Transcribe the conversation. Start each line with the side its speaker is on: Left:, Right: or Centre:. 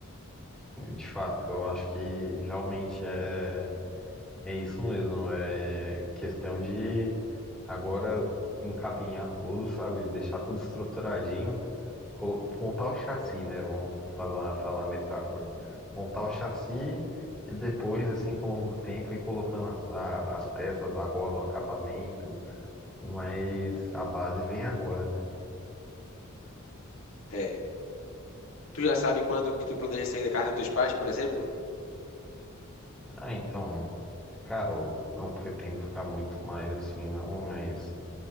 Centre: De fato, eu acho que realmente é, é isso mesmo. É questão de agora encaminhar tudo, sabe? Deixar tudo estruturadinho, colo- montar o chassi, né? Vamos falar, falar a metáfora. Montar o chassi e depois, assim, com o longo do tempo, ir colocando as, a- as peças, a roda, o acabamento. Mas a base vem agora, né?
Left: É. Tu já sabe quando que tu planeja sair da casa dos teus pais, por exemplo?
Centre: Ah, então, cara, eu não pretendo ficar muito mais assim, não, mas.